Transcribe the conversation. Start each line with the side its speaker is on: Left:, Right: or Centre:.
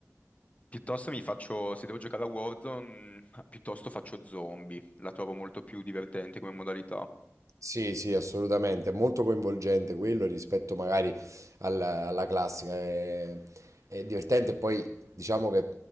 Left: Piuttosto mi faccio, se devo giocare a Warzone, piuttosto faccio zombie, la trovo molto più divertente come modalità.
Right: Sì, sì, assolutamente, è molto coinvolgente quello rispetto magari alla, alla classica, è, è divertente e poi diciamo che